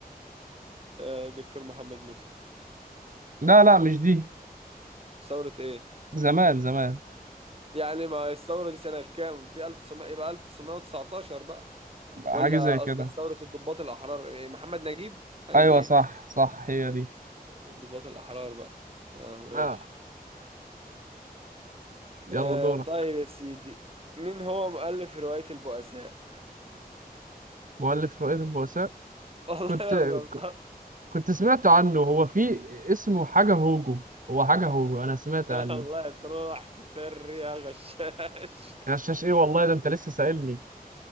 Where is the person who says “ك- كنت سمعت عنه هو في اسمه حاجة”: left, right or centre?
Right